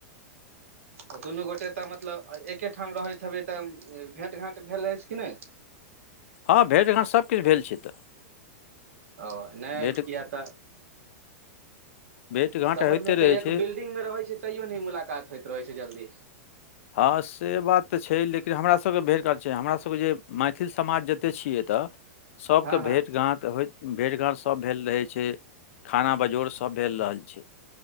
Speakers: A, on the right; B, on the left.
A: तऽ दुनू गोटे तऽ मतलब एके ठाम रहैत हेबै तऽ भेँट घाँट भेल अछि कि नहि
B: हँ भेट घाट सभकिछु भेल छै तऽ
A: ओ नहि
B: भेँट
A: किया तऽ
B: भेँट घाँट
A: शहर
B: होइते
A: मे
B: रहै
A: तऽ एक
B: छै
A: बिल्डिंग मे रहैत छै तैयो नहि मुलाकात होइत रहै छै जल्दी
B: हँ से बात तऽ छै लेकिन हमरासभके भरि गात छै हमरासभके जे मैथिल समाज जतेक छि यैतय सबके
A: हँ हँ
B: भेंट गाँट त होइते भेट घाँट सब भेल रहै छै खाना बजौड़ सब भेल रहल छै